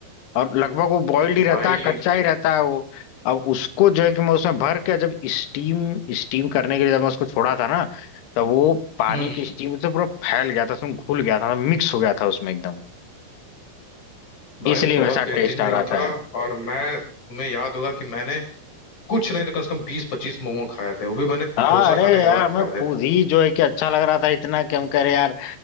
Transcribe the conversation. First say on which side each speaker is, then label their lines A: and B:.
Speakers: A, on the left (about 75°); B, on the left (about 45°).
A: और लगभग वो बॉइल्ड ही रहता
B: भाई
A: है कच्चा ही रहता है वो अब उसको जो है कि मैं उसमें भर के जब स्टीम स्टीम करने के लिए जब मैं उसको छोड़ा था ना तो वो पानी
B: हम्म,
A: की स्टीम से पूरा फैल गया था उसमें घुल गया था मिक्स हो गया था उसमें एकदम
B: भाई
A: इसलिए
B: बहुत
A: मेरे साथ
B: बेहतरीन
A: टेस्ट आ
B: बना
A: रहा
B: था
A: था
B: और मैं तुम्हें याद होगा कि मैंने कुछ नहीं तो कम से कम बीस पच्चीस मोमो खाए थे वो भी मैंने
A: हाँ
B: डोसा
A: अरे
B: खाने के
A: यार
B: बाद
A: हमें
B: खाए
A: खुद
B: थे
A: ही जो है कि अच्छा लग रहा था इतना कि हम कह रहे यार